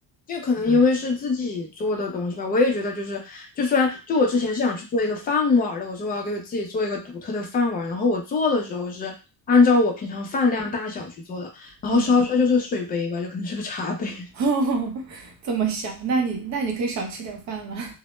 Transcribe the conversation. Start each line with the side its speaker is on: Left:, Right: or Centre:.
Left: 就可能因为是自己做的东西吧，嗯我也觉得就是，就算就我之前是想去做一个饭碗的，我说我要给我自己做一个独特的饭碗然后我做的时候是按照我平常饭量大小去做的，然后烧出来就是水杯吧，
Right: 嗯
Left: 就可能是个茶杯。
Right: <laughs> 这么小，那你那你可以少吃点饭了。